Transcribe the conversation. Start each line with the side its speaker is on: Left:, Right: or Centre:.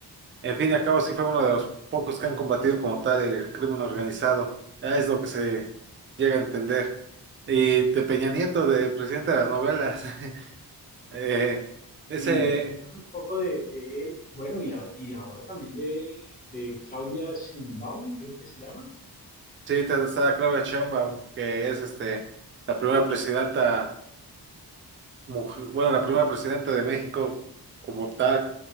Right: En fin y al cabo, sí fue uno de los pocos que han combatido como tal el crimen organizado. Ya es lo que se llega a entender. Y de Peña Nieto, de presidente de las novelas, <laughs> eh, ese,
Left: Y cuéntame un poco de, de él, bueno, y, a- y ahora también de, de Claudia Sheinbaum, creo que se llama.
Right: sí, te- está Claudia Sheinbaum, que es este, la primera presidenta, mujer- bueno, la primera presidenta de México como tal.